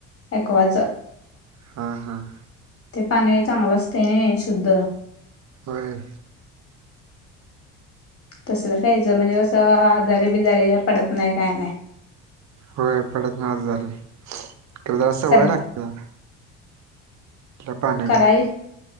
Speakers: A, on the left; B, on the right.
A: एकवाचं.
B: हा. हां...
A: ते पाणी चांगलं असते शुद्ध.
B: होय..
A: तसल प्यायचं म्हणजे, कसं आजारी-बिजारीे पडत नाही काय नाही.
B: होय पडत नाही, आजारी खरं जरा सवय
A: सर
B: लागते. पा <unintelligible>
A: कराय